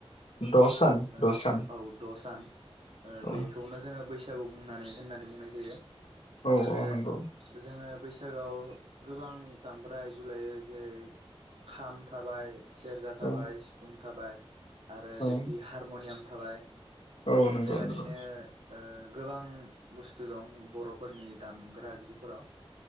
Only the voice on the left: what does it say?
द' सान
द' सान
औ
औ
औ नंगौ
औ
औ
औ नंगौ
नंगौ